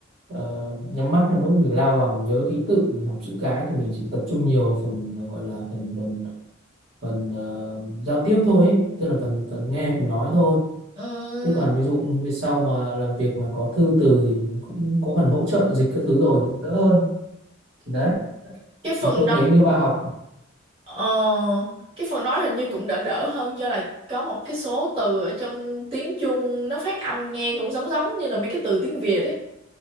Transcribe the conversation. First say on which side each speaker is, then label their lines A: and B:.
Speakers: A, on the right; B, on the right.
A: ờ, nhắm mắt hay mũi mình lao vào mình nhớ ký tự mình học chữ cái thì mình chỉ tập trung nhiều phần gọi là phần phần phần ờ, giao tiếp thôi ấy. tức là phần phần nghe phần nói thôi
B: ừ
A: thế còn ví dụ như về sau mà làm việc mà có thư từ thì mình cũng có phần hỗ trợ dịch các thứ rồi thì cũng đỡ hơn thì đấy
B: cái
A: thì
B: phần
A: tôi thấy nếu bà học
B: Ờ, cái phần nói hình như cũng đỡ đỡ hơn do là có một cái số từ ở trong tiếng Trung nó phát âm nghe cũng giống giống như là mấy cái từ tiếng Việt ấy.